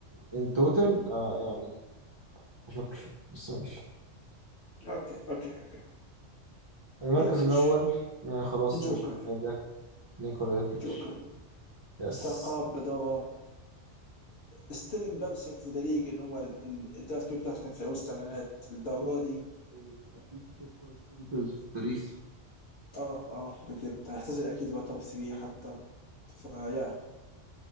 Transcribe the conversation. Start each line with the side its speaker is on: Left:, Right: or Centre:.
Right: ان توتال آه يعني اشك شويه بس ماشي
Left: اوكي اوكي اوكي
Right: المركز
Left: يوكيتش
Right: الاول ما خلاص
Left: جوكر
Right: مش محتاجه نيكولا يوكيتش
Left: جوكر
Right: يس
Left: استقاب جدارة ستيل امبارسنج في ذا ليج ان هو ال- ال- الدرافت بيك بتاعته كانت في وسط اعلانات للدرجه
Right: توب 3
Left: دي
Right: او اتليست توب 5 سنترز في التاريخ
Left: اه اه بجد هيعتزل اكيد هو توب 3 حتى فيا